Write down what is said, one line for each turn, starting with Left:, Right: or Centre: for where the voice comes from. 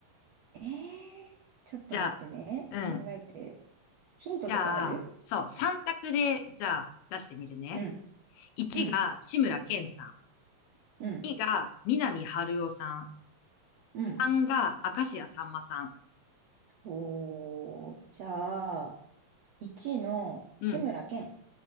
Right: えー、ちょっと待ってね。
Left: じゃあ、うん。
Right: 考えて。ヒントとかある
Left: じゃあ、そう、3択で、じゃあ、出してみるね。
Right: うん、
Left: 1が志村けんさん。
Right: うん、うん、
Left: 2が南春夫さん。
Right: うん。
Left: 3が明石家さんまさん。
Right: おー、じゃあ、1の志村けん。
Left: うん。